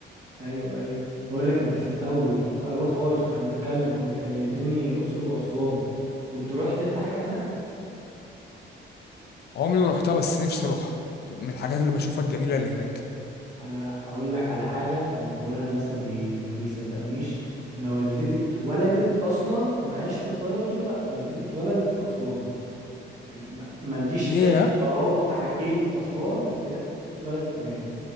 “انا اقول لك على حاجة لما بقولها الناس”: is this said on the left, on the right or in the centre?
Right